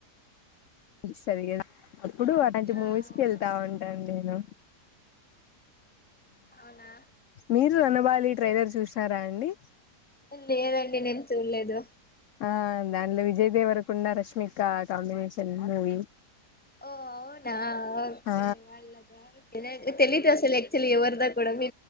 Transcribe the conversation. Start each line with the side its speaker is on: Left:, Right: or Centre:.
Left: సరిగా అప్పుడు అలాంటి
Centre: ఆ
Left: మూవీస్కి
Centre: అవునవును
Left: వెళ్తా ఉంటాను నేను
Centre: అవునా
Left: మీరు రణబాలి ట్రైలర్ చూసారా అండి
Centre: లేదండి నేను ఎం చూడలేదు
Left: ఆ దానిలో విజయ్ దేవరకుండా రష్మిక కాంబినేషన్ మూవీ
Centre: ఓ అవునా ఓకే
Left: ఆ
Centre: వాళ్ద తెలీదు అసలు ఆక్చులీ ఎవర్దా కూడా మీ